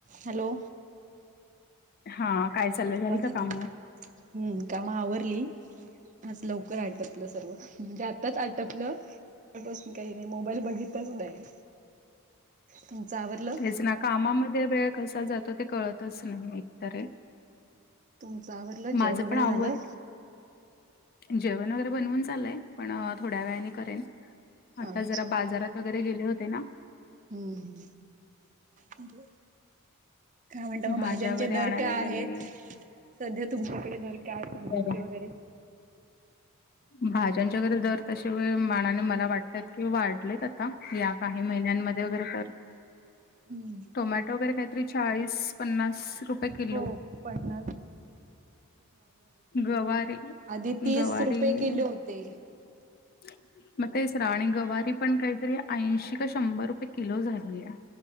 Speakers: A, on the right (about 35°); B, on the left (about 40°).
A: हॅलो.
B: हा काय चाललं
A: आवाज
B: झाली का
A: येते
B: काम.
A: हम्म काम आवरली. आज लवकर आटपलं सर्व म्हणजे आताच आटपलं. <inaudible> काही नाही मोबाईल बघितताच नाही तुमचं आवडलं.
B: तेच ना कामामध्ये वेळ कसा जातो ते कळत नाही. स नाही एकतर आहे
A: तुमचं आवरलं
B: माझ
A: जेवण वगैरे
B: पण आवर.
A: झालं
B: जेवण वगैरे बनवून चाललंय पण थोड्या वेळाने करेन. आता
A: अच्छा
B: जरा बाजारात वगैरे गेले होते ना.
A: हम्म हम्. काय म्हणता
B: भाज्या
A: मग भाज्यांचे
B: वगैरे
A: दर
B: आणायला
A: काय आहेत.
B: गेले.
A: सध्या तुमच्याकडे नरक्या आहेत भाज्यांचे
B: बरं
A: वगैरे.
B: भाज्यांच्या घर दर तश व मानाने मला वाटतत कि वाढलेत आता. या काही महिन्यांमध्ये वगैरे तर.
A: हम्म
B: टोमॅटो वगैरे काहीतरी चाळीस पन्नास रुपये. किलो
A: <inaudible> पण
B: गवारी
A: आधी तीस
B: गवारी
A: रुपये किलो होते.
B: <unintelligible> मग तेचरा आणि गवारी पण काहीतरी ऐंशी का शंभर रुपये किलो झालीय.